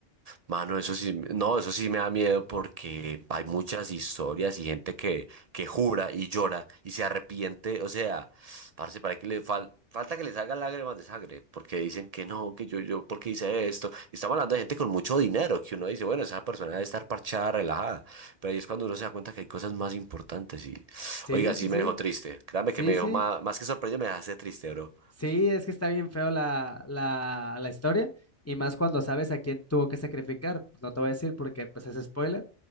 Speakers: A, on the right (about 80°); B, on the left (about 20°).
A: Mano, eso sí, no, eso sí me da miedo porque hay muchas historias y gente que, que jura y llora y se arrepiente. O sea, parce, para que le fal- falta que le haga lágrimas de sangre porque dicen que no, que yo, yo, porque hice esto. Y estamos hablando de gente con mucho dinero que uno dice, bueno, esa persona debe estar parchada, relajada. Pero ahí es cuando uno se da cuenta que hay cosas más importantes. Y,
B: Sí,
A: oiga, sí
B: sí, sí.
A: me dejó triste. Créame
B: Sí,
A: que me dejó
B: sí.
A: más, más que sorprendido, me dejaste triste, bro.
B: Sí, es que está bien feo la, la, la historia. Y más cuando sabes a quién tuvo que sacrificar. pues, No te voy a decir porque pues es spoiler.